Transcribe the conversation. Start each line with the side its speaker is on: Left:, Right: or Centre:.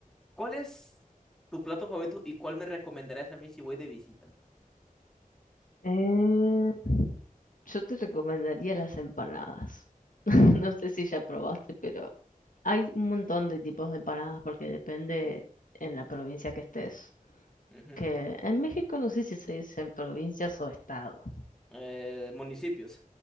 Centre: ¿Cuál es tu plato favorito y cuál me recomendarías a mí si voy de visita?
Left: Eh, yo te recomendaría las empanadas. <laughs> No sé si ya probaste, pero hay un montón de tipos de empanadas porque depende en la provincia que estés.
Centre: Ujú.
Left: Que en México no sé si se dicen provincias o estado.
Centre: Eh, municipios.